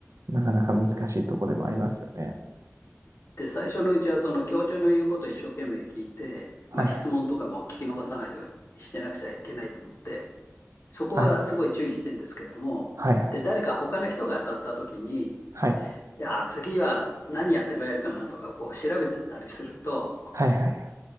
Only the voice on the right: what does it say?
なかなか難しいところでもありますよね。
はいはい。
はい。はいはい。
はい。
はいはいはい。